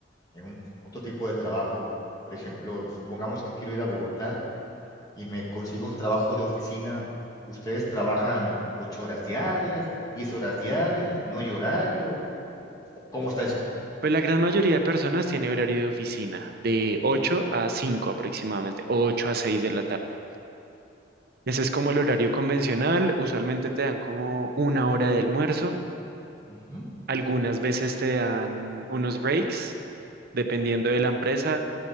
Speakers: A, on the left (about 20°); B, on the right (about 55°).
A: en un otro tipo de trabajo, por ejemplo, supongamos que quiero ir a Bogotá, y me consigo un trabajo de oficina, ¿ustedes trabajan ocho horas diarias, diez horas diarias, no hay horario? ¿Cómo está eso?
B: Pues la gran mayoría de personas tiene horario de oficina, de 8 a 5 aproximadamente, o 8 a 6 de la tarde. Ese es como el horario convencional, usualmente te dan como una hora de almuerzo,
A: Ujú,
B: algunas veces te dan unos breaks, dependiendo de la empresa.